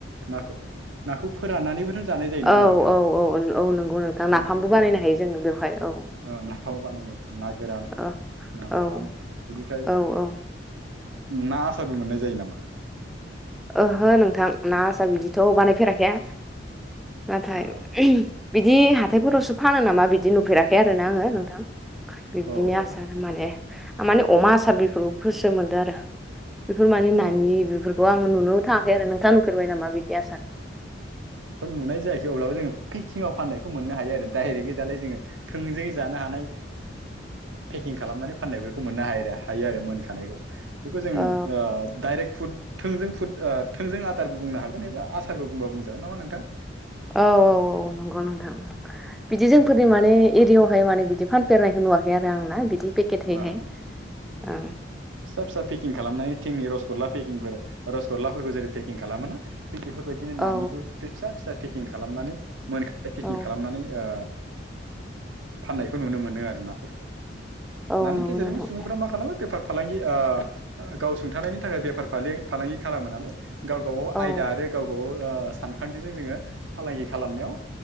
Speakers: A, on the right; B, in the centre.
A: नाखौ नाखौ फोराननानैबो जानाय जायो नङा
B: औ
A: होनबा नोंथां
B: औ औ औ नंगौ नोंथां नाफामबो
A: नाखौ फोरानना
B: बानायनो हायो जोङो बेवहाय औ
A: ओ नाफाम बानायो ना गोरान,
B: औ
A: नाफाम
B: औ
A: बिनिफ्राय
B: औ औ
A: ना आसारबो मोननाय जायो नामा?
B: ओहो नोंथां ना आसा बिदिथ' बानायफेराखै आं। नाथाय
A: औ
B: बिदि हाथायफोरावसो फानो नामा बिदि नुफेराखै आरोना आंङो नोंथां। बिब्दिनो
A: औ
B: आसार माने माने अमा आसार बेफोरखौ गोसो मोनदो आरो। बेफोर माने नानि
A: औ
B: बेफोरखौ आङो नुनोबो थाङाखै आरो। नोंथाङा नुफेरबाय नामा बिदि आसार?
A: आंथ' नुनाय जायाखै अब्लाबो जोङो पेकिंआव फाननायखौ मोननो हायो आरो ‍डाइरेकयै दालाय जोङो थोंजोङै जा नो हानाय फेकिं खालामनानै फाननायफोरखौ मोननो हायो आरो मोनखानायखौ। बेखौ जों
B: औ
A: डाइरेक्ट फुड थोंजों फुद थोंजों आदारबो बुंनो हागोन एबा आसारबो बुंबा बुंजागोन नामा नोंथां।
B: औ - औ - औ नंगौ नोंथां। बिदि जोंफोरनि माने एरियायावहाय माने बिदि फानेरनायखौ नुवाखै आरो आंना बिदि पेकेटहैहाय
A: अ
B: औ
A: फिसा-फिसा पेकिं खालामनानै थिंनि रस गल्ला पेकिंबो रस गलाफोरखौ जेरै पेकिं खालामोना। थिक बेफोरबायदिनो नानिबो
B: औ
A: फिसा - फिसा पेकिं खालामनानै मोनखानाय पेकिं
B: औ
A: खालामनानै ओ फाननायखौ नुनो मोनदों आरो नाफोरखौ।
B: औ
A: नानि
B: नंगौ
A: गेजेरजोंबो
B: नोंथां
A: सुबुंफ्रा मा खालामो? बेफार फालांगि गाव सुंथानायनि थाखाय बेफार फालांगि खालामो नालाय गाव गाव
B: औ
A: आयदा आरो गाव गाव ओ! सानखान्थिजों जोङो फालांगि खालामनायाव